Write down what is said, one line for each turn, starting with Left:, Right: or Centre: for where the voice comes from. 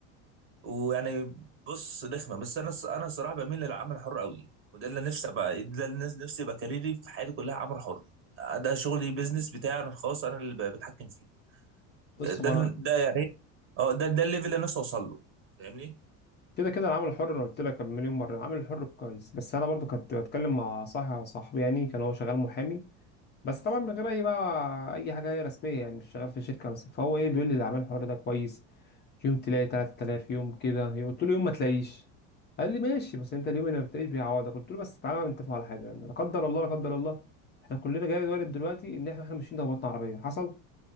Right: ويعني بص رخمه بس انا انا الصراحه بميل للعمل الحر قوي وده اللي نفسي ابقى ده اللي نفسي يبقى كاريري في حياتي كلها عمل حر ده شغلي بيزنس بتاعي انا الخاص انا اللي ب- بتحكم فيه ده
Left: بص
Right: ده,
Left: هو انا
Right: ده يعني اه ده ده الليفل اللي نفسي اوصل له فاهمني
Left: كده كده العمل الحر انا قلت لك مليون مره العمل الحر كويس بس انا برضو كنت بتكلم مع صاحب صاحبي يعني كان هو شغال محامي بس طبعا من غير اي بقى اي حاجه هي رسميه يعني مش شغال في شركه بس فهو ايه بيقول لي اللي عمل الحوار ده كويس يوم تلاقي 3000 يوم كده يوم- قلت له يوم ما تلاقيش قال لي ماشي بس انت اليوم اللي ما بتلاقيش بيعوضك قلت له بس تعالى بقى نتفق على حاجه يعني لا قدر الله لا قدر الله احنا كلنا جاي وارد دلوقتي ان احنا احنا ماشيين ده بطن عربيه حصل